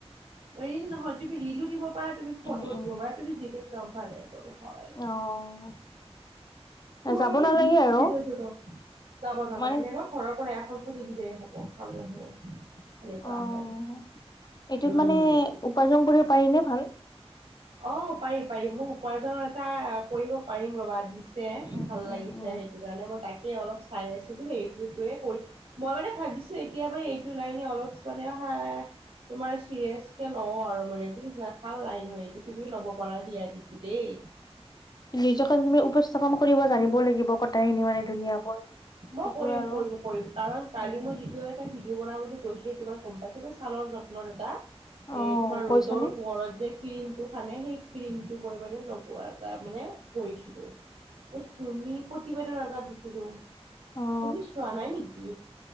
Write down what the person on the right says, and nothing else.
ৰিল নহয়, তুমি ৰিলো দিব পাৰা তুমি ফটো
দিব পাৰা তুমি যিটোত কমফৰটেৱল হয়।
তোমাৰ
বাবে
যিটো সুবিধাজনক
যাব নালাগে
ন। ঘৰৰ পৰা এশ ফটো দিলেই হ'ব ভাল নহ'ব। সেনেকুৱা
হয়,
হি হি হি হি উম
উ উ উ।
অ পাৰিম পাৰিম মোক উপাৰ্জননৰ এটা কৰিব পাৰিম ৰবা দিছে
ভাল
লাগিছে
সেইটো। সেইটো কাৰণে মই তাকে অলপ চাই আছিলো সেইটোৰটোৱে কৰি মই মানে ভাবিছো এতিয়া মানে এই এইটো ওলাই নছ অলপ সনে হা হা হা। তোমাৰ চিৰিয়াচ কে লও আৰু মানে বুজিছা ভাল নাই নহ এইটো। তুমিও ল'ব পৰা ডি আই ডিটো দেই।
মই
কৰিম
কৰিম কৰিম কাৰণ কালি
মই যিটোৱ তাৰ ভিডিঅ' বনাও বুলি কৈছিলো তোমাৰ গম পাইছে যে ছালৰ যত্নৰ এটা। এ
তোমাৰ
ৰ'দৰ পোহৰত যে। ক্ৰীমটো সানে সেই ক্ৰীমটো মই মানে নপোৱা এটা মানে কৰিছিলো। ত তুমি প্ৰতিবেদনৰ আগত দিছিলো।
তুমি চোৱা নাই নেকি?